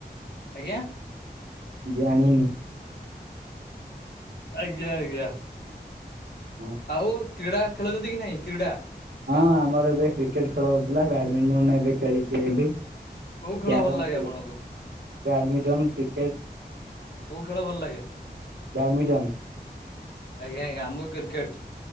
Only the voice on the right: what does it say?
ଜାଣିିନି।
ହଁ।
ହଁ ଆମର ଏବେ କ୍ରିକେଟ ଖେଳ ହଉଥିଲା, ବ୍ୟାଡମିଣ୍ଟନ ଏବେ ଖେଳିକି ଆଇଲି।
କ୍ୟାରମ
ଖେଳୁ
ବ୍ୟାଡମିଣ୍ଟନ କ୍ରିକେଟ
ବ୍ୟାଡମିଣ୍ଟନ